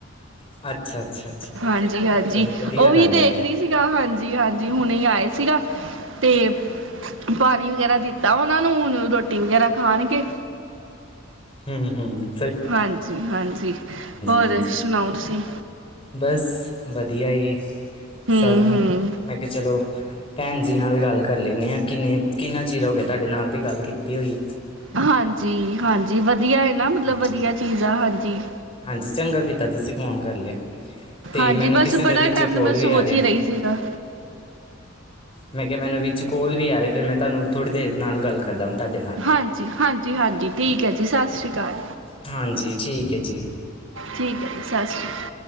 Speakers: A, on the left; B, on the right.
A: ਅੱਛਾ ਅੱਛਾ ਅੱਛਾ
B: ਹਾਂਜੀ, ਹਾਂਜੀ
A: ਚਲੋ ਵਧੀਆ
B: ਉਹੀ
A: ਗੱਲ
B: ਦੇਖ
A: ਹੈ ਫਿਰ
B: ਰਹੀ
A: ਤੇ
B: ਸੀਗਾ ਹਾਂਜੀ, ਹਾਂਜੀ ਹੁਣੇ ਹੀ ਆਏ ਸੀਗਾ ਤੇ ਪਾਣੀ ਵਗੈਰਾ ਦਿੱਤਾ ਉਹਨਾਂ ਨੂੰ ਹੁਣ ਰੋਟੀ ਵਗੈਰਾ ਖਾਣਗੇ
A: ਹੂੰ ਹੂੰ
B: ਹਾਂਜੀ, ਹਾਂਜੀ ਹੋਰ
A: ਹਾਂਜੀ
B: ਸੁਣਾਓ ਤੁਸੀਂ?
A: ਬਸ ਵਧੀਆ ਏ
B: ਹੂੰ-ਹੂੰ।
A: ਸਭ ਮੈਂ ਕਿਹਾ ਚਲੋ ਭੈਣ ਜੀ ਨਾਲ ਗੱਲ ਕਰ ਲੈਂਨੇ ਆ ਕਿੰਨੇ ਕਿੰਨਾ ਚਿਰ ਹੋ ਗਿਆ ਤੁਹਾਡੇ ਨਾਲ ਦੀ ਗੱਲ ਕੀਤੀ ਹੋਈ
B: ਹਾਂਜੀ -ਹਾਂਜੀ ਵਧੀਆ ਏ ਨਾ ਮਤਲਬ
A: ਹਾਂਜੀ
B: ਵਧੀਆ ਚੀਜ਼ ਆ ਹਾਂਜੀ
A: ਹਾਂਜੀ, ਚੰਗਾ ਕੀਤਾ ਤੁਸੀਂ ਫੋਨ ਕਰ ਲਿਆ। ਤੇ
B: ਹਾਂਜੀ
A: ਮੈਨੂੰ
B: ਬਸ
A: ਕਿਸੇ ਦਾ
B: ਬੜਾ
A: ਵਿੱਚ
B: ਟਾਈਮ
A: ਕੋਲ
B: ਮੈਂ ਸੋਚ
A: ਵੀ ਆ ਰਿਹਾ।
B: ਹੀ ਰਹੀ ਸੀਗਾ
A: ਮੈਂ ਕਿਹਾ ਮੈਨੂੰ ਵਿੱਚ ਕੋਲ ਵੀ ਆ ਰਿਹਾਂ ਫਿਰ ਮੈਂ ਤੁਹਾਨੂੰ ਥੋੜ੍ਹੀ ਦੇਰ ਨਾਲ ਗੱਲ ਕਰਦਾ ਵਾਂ ਤੁਹਾਡੇ ਨਾਲ
B: ਹਾਂਜੀ- ਹਾਂਜੀ -ਹਾਂਜੀ ਠੀਕ ਹੈ ਜੀ ਸਤਿ ਸ਼੍ਰੀ ਅਕਾਲ।
A: ਹਾਂਜੀ, ਠੀਕ ਹੈ ਜੀ।
B: ਠੀਕ ਹੈ ਜੀ ਸਤਿ ਸ਼੍ਰੀ।